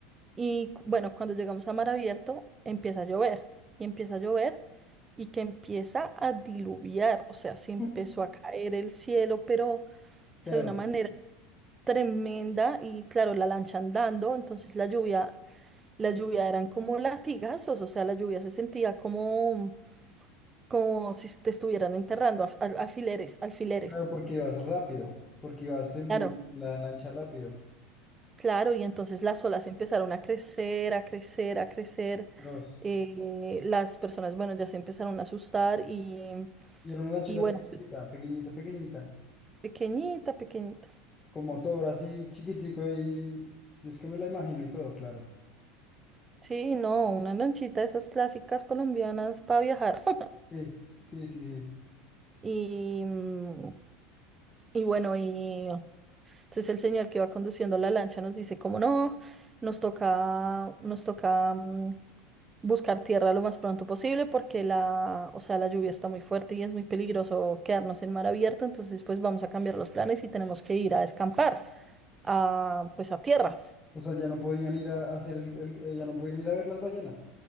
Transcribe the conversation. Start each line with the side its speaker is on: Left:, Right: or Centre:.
Right: Y cu- bueno, cuando llegamos a mar abierto, empieza a llover y empieza a llover y que empieza a diluviar, o sea, se empezó
Left: <laughs>
Right: a caer el cielo, pero o
Left: creo.
Right: sea, de una manera tremenda y claro, la lancha andando, entonces la lluvia, la lluvia eran como latigazos, o sea, la lluvia se sentía como, como si te estuvieran enterrando, af- al- alfileres, alfileres.
Left: Claro, porque ibas rápido, porque ibas en
Right: Claro.
Left: la lancha rápido.
Right: Claro, y entonces las olas empezaron a crecer, a crecer, a crecer.
Left: Dos.
Right: eh, las personas, bueno, ya se empezaron a asustar y,
Left: Y era una lanchita
Right: y bueno,
Left: pequeñita, pequeñita, pequeñita.
Right: pequeñita, pequeñita.
Left: con motor así chiquitico ahí. si es que me la imagino y todo, claro.
Right: Sí, no, una lanchita de esas clásicas colombianas para viajar. <laughs>
Left: Sí, sí, sí, sí.
Right: Y, mm, y bueno, y entonces el señor que va conduciendo la lancha nos dice como no, nos toca, nos toca mm, buscar tierra lo más pronto posible porque la, o sea, la lluvia está muy fuerte y es muy peligroso quedarnos en mar abierto, entonces pues vamos a cambiar los planes y tenemos que ir a escampar, a, pues a tierra.
Left: O sea, ya no podían ir a hacer el, el- eh, ya no podían ir a ver las ballenas,